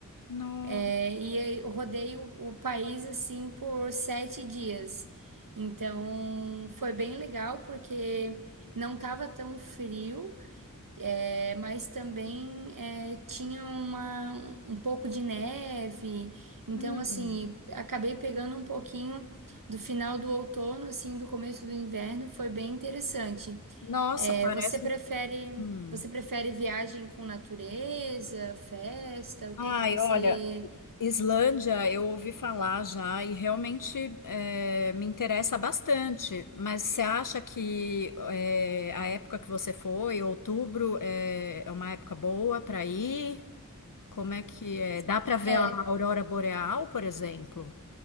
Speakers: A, on the left (about 75°); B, on the right (about 85°).
A: no-
B: É, e eu rodei o, o país assim por sete dias. Então foi bem legal porque não estava tão frio, é, mas também é, tinha uma, um pouco de neve. Então,
A: hum.
B: assim, acabei pegando um pouquinho do final do outono, assim, do começo do inverno. Foi bem interessante.
A: Nossa,
B: É,
A: parece.
B: você prefere,
A: hum.
B: você prefere viagem com natureza, festa? O
A: Ai,
B: que que você.
A: olha, Islândia, eu ouvi falar já e realmente eh, me interessa bastante. Mas você acha que eh, a época que você foi, outubro, eh, é uma época boa para ir? Como é que é? Dá para ver
B: É,
A: a aurora boreal, por exemplo?